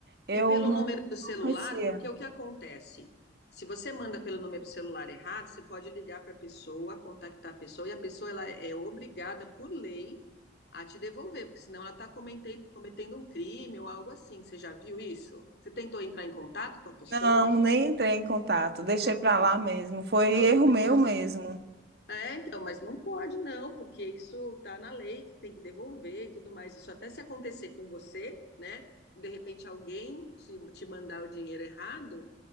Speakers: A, on the right; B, on the left.
A: eu
B: E pelo
A: não
B: número do celular,
A: conhecia.
B: porque o que acontece? Se você manda pelo número celular errado, você pode ligar para a pessoa, contactar a pessoa, e a pessoa ela é obrigada, por lei, a te devolver, porque senão ela está cometendo, cometendo um crime ou algo assim. Você já viu isso? Você tentou entrar em contato com a pessoa?
A: Não, nem entrei em contato. Deixei
B: Oh,
A: para
B: meu
A: lá
B: Deus.
A: mesmo. Foi erro
B: Oh, meu
A: meu
B: Deus.
A: mesmo.
B: É, então, mas não pode não, porque isso está na lei que tem que devolver e tudo mais. Isso até se acontecer com você, né? De repente alguém te, te mandar o dinheiro errado,